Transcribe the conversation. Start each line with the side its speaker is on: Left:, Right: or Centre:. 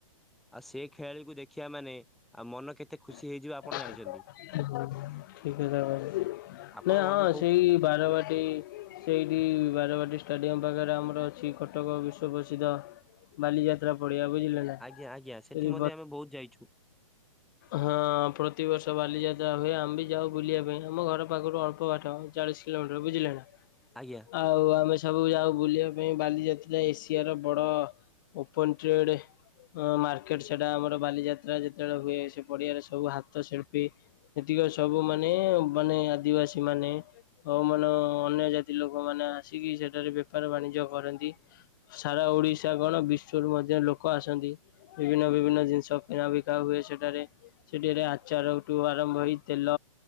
Centre: ଆଉ ସେ ଖେଳାଳିକୁୁ ଦେଖିବା ମାନେ ଆଉ ମନ କେତେ ଖୁସି ହେଇଯିବ
Left: ହ
Centre: ଆପଣ ଜାଣିଛନ୍ତି
Left: ଠିକଥା ଭାଇ।
Centre: ଆପଣ
Left: ନାଇ
Centre: ବନ୍ଧୁ
Left: ହଁ
Centre: କୋଉ
Left: ସେଇ ବାରବାଟୀ ସେଇଠି ବାରବାଟୀ ଷ୍ଟାଡିୟମ। ପାଖରେ ଆମର ଅଛି କଟକ ବିଶ୍ୱ ପ୍ରସିଦ୍ଧ ବାଲିଯାତ୍ରା ପଡିିଆ ବୁଝିଲେ ନା
Centre: ଆଜ୍ଞା ଆଜ୍ଞା ସେଠି
Left: ସେ
Centre: ମଧ୍ୟ ଆମେ ବହୁତ ଯାଇଛୁ
Left: ହଁ। ବର୍ଷ ବାଲିଯାତ୍ରା ହୁଏ ଆମେବି ଯାଉ ବୁଲିବା ପାଇଁ। ଆମ ଘର ପାଖରୁ ଅଳ୍ପ ବାଟ ଚାଳିଶ କିଲୋମିଟର ବୁଝିଲେ ନା?
Centre: ଆଜ୍ଞା
Left: ଆଉ ଆମେ ସବୁ ଯାଉ ବୁଲିବା ପାଇଁ ବାଲିଯାତ୍ରା ଏସିଆର ବଡ ଓପନ ଟ୍ରେଡ଼୍। ହଁ ମାର୍କେଟ ସେଟା ଆମର ବାଲିଯାତ୍ରା ଯେତେବେଳେ ହୁଏ ସେ ପଡିଆରେ ସବୁ ହା ହସ୍ତ ଶିଳ୍ପୀ ଏତିକ ସବୁ ମାନେ ମାନେ ଆଦିବାସୀ ମାନେ ଆଉ ମାନ ଅନ୍ୟ ଜାତି ଲୋକମାନେ ଆସିକି ସେଠାରେ ବେପାର ବାଣିଜ୍ୟ କରନ୍ତି ସାରା ଓଡିଶା କଣ ବି ରୁ ମଧ୍ୟ ଲୋକ ଆସନ୍ତି ବିଭିନ୍ନ ବିଭିନ୍ନ ଜିନିଷ କିଣା ବିକା ହୁଏ ସେଠାରେ ସେଠରେ ଚାରଠୁ ଆରମ୍ଭ ହେଇ ତେଲ